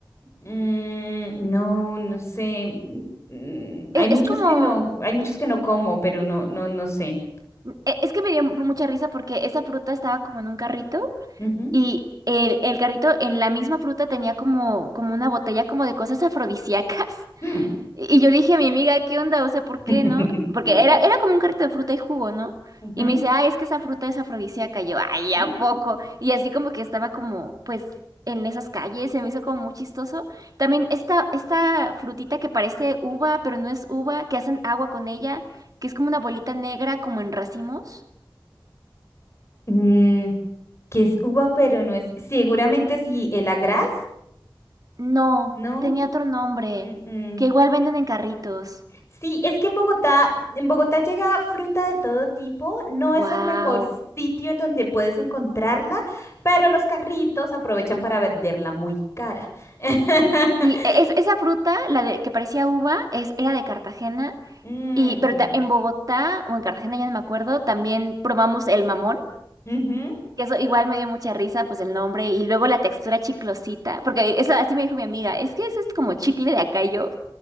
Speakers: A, on the left; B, on the right.
A: Mm, no, no sé. Mm, mm, hay
B: E-
A: muchos
B: Es, como,
A: que no, hay muchos que no como, pero no, no, no sé.
B: e- es que me dio mucha risa porque esa fruta estaba como en un carrito.
A: Ujú.
B: Y el, el carrito en la misma fruta tenía como, como una botella como de cosas afrodisíacas. <laughs>
A: Mm.
B: Y yo le dije a mi amiga, ¿qué onda? O sea, ¿por
A: <laughs>
B: qué no? Porque era, era como un carrito de fruta y jugo, ¿no?
A: Ujú.
B: Y me dice, ah, es que esa fruta es afrodisíaca. Y yo, ay,
A: Mm,
B: ¿a poco? Y así como que estaba como, pues, en esas calles, se me hizo como muy chistoso. También esta, esta frutita que parece uva, pero no es uva, que hacen agua con ella, que es como una bolita negra, como en racimos.
A: Mm, que es uva, pero no es. Seguramente sí, el agraz,
B: No,
A: ¿no?
B: tenía otro nombre,
A: Mm-mm.
B: que igual venden en carritos.
A: Sí, es que en Bogotá, en Bogotá llega fruta de todo tipo. No es
B: Wow.
A: el mejor sitio en donde puedes encontrarla, pero los carritos aprovechan para venderla muy cara. <laughs>
B: Sí, e- es, esa fruta, la de que parecía uva, es, era de Cartagena,
A: Mm,
B: y, pero ta- en Bogotá o en Cartagena, ya no me acuerdo, también probamos el mamón,
A: ujú.
B: que eso igual me dio mucha risa, pues el nombre, y luego la textura chiclosita, porque eso así me dijo mi amiga, es que eso es como chicle de acá, y yo,